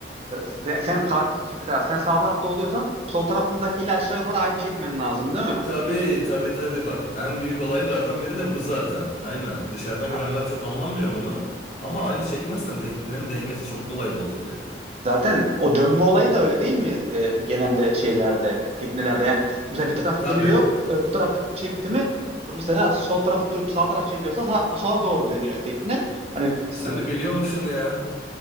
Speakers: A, on the right; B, on the left.
A: E, Sen, sen kar- mesela sen sağ tarafta oluyorsan sol tarafındakiyle aşağı yukarı aynı çekmen lazım değil mi?
B: Tabii tabii tabii bak en büyük olaylardan biri de bu zaten. Aynen. Dışarıdan
A: Ha,
B: görenler çok anlamıyor bunu. Ama aynı çekmezsen teknenin dengesi çok kolay bozuluyor.
A: zaten o dönme olayı da öyle değil mi e, genelde şeylerde, teknelerde yani mesela bir taraf
B: Tabii.
A: duruyor, öbür taraf çekti mi mesela sol taraf durup sağ taraf çekiyorsa sağ- sola doğru dönüyor tekne. Hani s-
B: Sen de biliyormuşsun ya.